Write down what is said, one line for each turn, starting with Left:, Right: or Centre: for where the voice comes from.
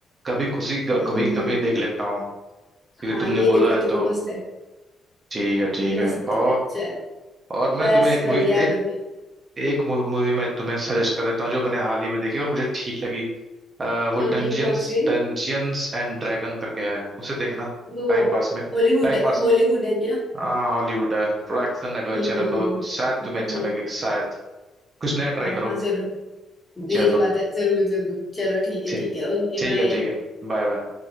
Right: कभी खुशी कभी
Left: हम्म हम्म,
Right: कमी देख लेता हूँ क्योंकि
Left: हाँ
Right: तुमने
Left: यही
Right: बोला
Left: देख लो
Right: है
Left: देख
Right: तो
Left: लो मस्त है
Right: ठीक है ठीक है
Left: मस्त
Right: और
Left: है चल
Right: और मैं
Left: बस
Right: तुम्हें एक
Left: बढ़िया
Right: मूवी एक
Left: मैं भी
Right: एक मूवी मैं तुम्हें सजेस्ट कर देता हूँ जो मैंने हाल ही में देखी और मुझे ठीक लगी अ, वो
Left: हम्म
Right: डंजियंस
Left: हम्म, कौन सी
Right: डंजियंस एंड ड्रैगन करके है उसे देखना
Left: वो
Right: टाइम पास में
Left: हॉलीवुड
Right: टाइम पास
Left: हॉलीवुड है क्या
Right: हाँ हॉलीवुड है थोड़ा एक्शन एडवेंचर
Left: हम्म हम्म
Right: है तो
Left: हम्म
Right: शायद
Left: हम्म
Right: तुम्हें
Left: हम्म,
Right: अच्छा
Left: हम्म,
Right: लगे शायद कुछ नया ट्राई
Left: हाँ
Right: करो
Left: हाँ जरूर
Right: चलो
Left: ये तो बात है जरूर जरूर चलो ठीक है
Right: ठीक
Left: ठीक है ओके
Right: ठीक
Left: बाय
Right: है ठीक है Bye bye